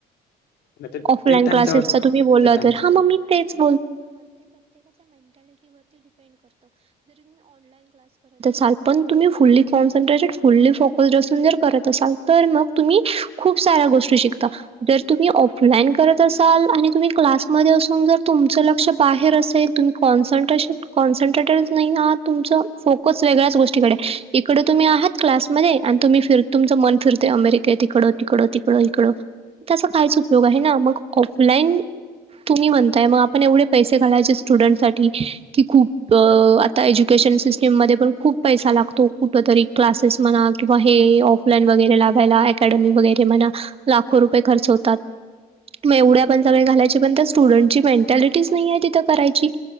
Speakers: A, on the left; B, on the right.
A: नाही तर
B: ऑफलाइन
A: ते त्यांच्यावर
B: क्लासेसचा तुम्ही बोलला
A: ते त्यांच
B: तर हा मममी क्. त असाल प तम फुली कॉन््रेटे फुली फोक जर करत असाल तर मग तुम्ही? खूप साऱ्या गोष्टी शिकतात. जर तुम्ही ऑफलाईन करत असाल आणि तुम्ही क्लासमध्ये असून जर तुमचं लक्ष बाहेर असेल. तुम्ही कॉन्न्ट्रेश कॉन्न्ट्रेटर नाही आहात. तुमच फोकस वेगळ्याच गोष्टीकडे इकडे तुम्ही आहात क्लासमध्ये आणि तुम्ही फिर. तुमचं मन फिरतेय अमेरिकेत तिकडं तिकडं तिकडं इकडं. त्याचा काहीच उपयोग आहे ना मग ऑफलाईन तुम्ही म्हणताय मग आपण एवढे पैसे घायचे स्टुडंटसाठीठी की खूप आता ए्युकेशन सिस्टीममध्ये पण खूप पैसा लागतो कुठ तरी क्लासेस म्हणा किंवा हे ऑफ लाईन वगैरे लावाायला अकॅडमी वगैरे म्हणा लाखो रुपये खर्च होतात. मग एवढ्या पण सग घालायच्या पण त्या स्टुडंटची मेंटॅलिटीज नाही आहे तिथं करायची.